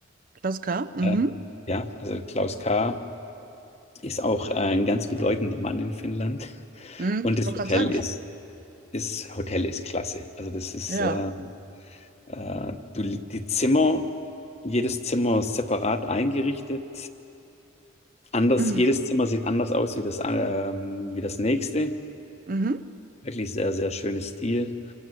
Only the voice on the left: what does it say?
Äh, ja, also Klaus K. ist auch ein ganz bedeutender Mann in Finnland.
Und
das
Hotel
ist, ist Hotel ist klasse. Also das ist,
äh, äh, du, die Zimmer, jedes Zimmer separat eingerichtet. Anders,
jedes Zimmer sieht anders aus wie das, ähm, wie das nächste.
Wirklich sehr, sehr schönes Stil.